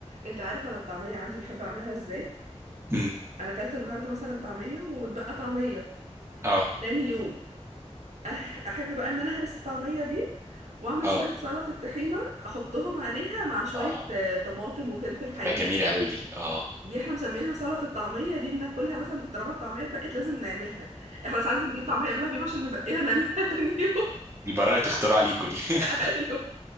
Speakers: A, on the right; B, on the right.
A: انت عارف انا الطعمية عندي بحب اعملها ازاي
B: امم
A: انا كلت النهاردة مثلا طعمية واتبقى طعمية
B: اه
A: تاني يوم أح احب بقى ان انا اهرس الطعمية دي واعمل
B: اه
A: شوية سلطة طحينة احطهم عليها مع شوية
B: اه
A: آه، طماطم وفلفل
B: تبقى
A: حامي
B: جميله
A: وكده
B: قوي دي اه
A: دي احنا مسمينها سلطة الطعمية دي بناكلها مثلا طالما الطعمية اتبقت لازم نعملها احنا ساعات بنجيب طعمية قبلها بيوم عشان نبقيها نعملها تاني يوم
B: دي براءه اختراع ليكوا دي <laughs>
A: <laughs> ايوه